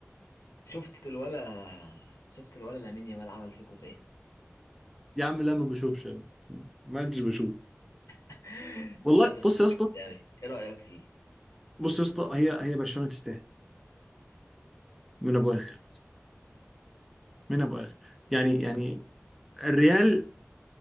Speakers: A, on the left; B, in the centre.
A: شفت الولا شفت الولا لامين يامال عمل فيكم ايه
B: يا عم لا ما بشوفش انا ما انتش بشوف
A: <laughs>
B: والله
A: لا بس
B: بص
A: بجد
B: يا اسطى
A: يعني ايه رايك فيه
B: بص يا اسطى هي هي برشلونه تستاهل من ابو اخر من ابو اخر يعني يعني الريال